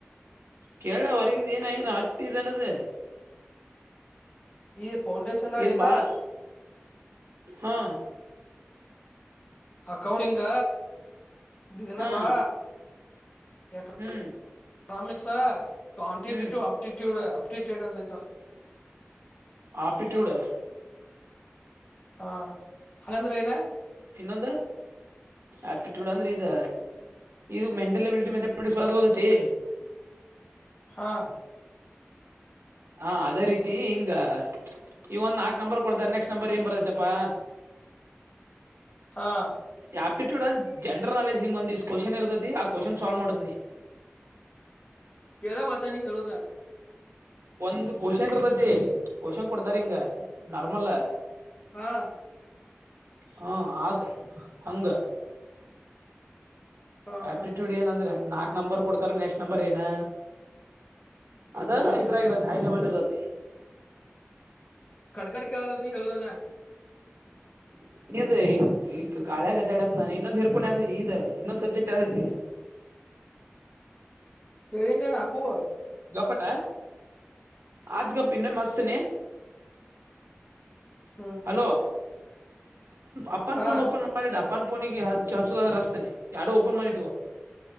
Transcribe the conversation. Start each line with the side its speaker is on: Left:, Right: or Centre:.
Right: ಕೇಳ ಹೊರಗಿಂದ ಏನ ಏನ ಹಟ್ಟ ಇದನದೇ
Left: ಈ ಫೌಂಡೇಶನ್ದಾಗ
Right: ಇದ್
Left: ಇಲ್ಲ
Right: ಬಾಳ ಹಾ
Left: ಅಕೌನಿಂಗ business
Right: ಹಾ
Left: law A economics
Right: hmm
Left: quantitative
Right: hmm
Left: aptitude aptitude ಅಂತತ
Right: ಆಪಿಟ್ಯೂಡ್
Left: ಹಾ ಹಾಗಂಗಂದ್ರೆ ಏನ
Right: ಇನ್ನೊಂದು ಆಪ್ಟಿಟ್ಯೂಡ್ ಅಂದ್ರೆ ಇದ ಇದು ಮೆಂಟಲ್ ಅಬಿಲಿಟಿ ಮ ಮಾಡ ಸ್ ಗಓದೈತಿ
Left: ಹಾ
Right: ಹಾ ಅದೇ ರೀತಿ ಹಿಂಗ ಈ ಒಂದ್ ನಾಕ್ ನಂಬರ್ ಕೊಡ್ತಾರೆ ನೆಕ್ಸ್ಟ್ ನಂಬರ್ ಏನ್ ಬರತ್ತಪ್ಪಾ
Left: ಹಾ
Right: ಆಪ್ಟಿಟ್ಯೂಡ್ ಅಂಡ್ ಜನರಲ್ ನಾಲೆಜ್ಿಂಗ್ ಒಂದ್ಸ್ ಕ್ವೆಶ್ನ್ ಇರ್ತತಿ ಆ ಕ್ವಶನ್ ಸಾಲ್್ ಮಾಡದ್ ನೀಿ
Left: ಕೆೇಳ ವತ ನೀ ಹೇಳೇಳೋದ
Right: ಒಂದ ಕಶನ್ ಇರ್ತತಿ ಕಶನ್ ಕೊಡ್ತಾರ್ ಹಿಂಗ ನಾರ್ಮಲ್
Left: ಹಾ
Right: ಹ ಆದದ್ ಹಂಗ
Left: ಹಾ
Right: ಆಪ್ಟಿಟ್ಯೂಡ್
Left: ಹಾ
Right: ಏನಂದ್ರೆ ನಾಕ್ ನಂಬರ್ ಕೊಡ್ತಾರ ನೆಕ್ಸ್ಟ್ ನಂಬರ್ ಏನ ಅದ
Left: ಹ್ಮ್ ಹ್ಮ್
Right: ಇದ್ರಾಗಿರತ್ತೆ ಹಾಯಿಲೆ ಒಳ್ಳೆರತ್ತ
Left: ಖಡ್ಖಡ್ಕದ್ ನೀ ಹೇಳುದಾನ
Right: <inaudible> ನೀದ ಈಗ ಗಾಳಿಯಾಗ ಅಡ್ಯಾಡಾಕತೈನ್ ನಾನ ಇನ್ನೊಂದ್ ಏರ್ಪೋನ್ ಅ ಈ ಇನ್ನೊಂದ್ ಸಬ್ಜೆಕ್ಟ್ ಯಾವುದ ದೈತಿ. <inaudible>
Left: ಹೇಳನ್ ನಾಕೂುವ
Right: ಗಪ್ಪಟ ಆತ್ಕಪ್ಪ ಇನ್ನ ಮಸ್ತನ
Left: ಹ್ಮ್
Right: ಹಲೋ ಅಫನ್
Left: ಹಾ
Right: ಓಪನ್ ಮಾಡ ಪನ್ ಪೋನಿಗೆಚ್ಚ ಹಚ್ಚದಾದ ರಾಸ್ತೇನೆ ಯಾರಡುೂ ಓಪನ್ ಮಾಡಿಟ್ುವ